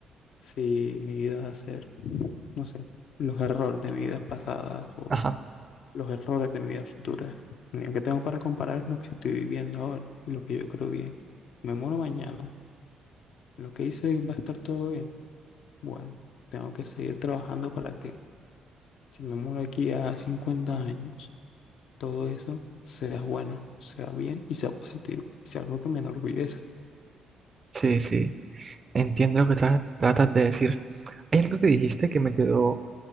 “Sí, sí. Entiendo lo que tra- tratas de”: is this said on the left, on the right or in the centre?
Right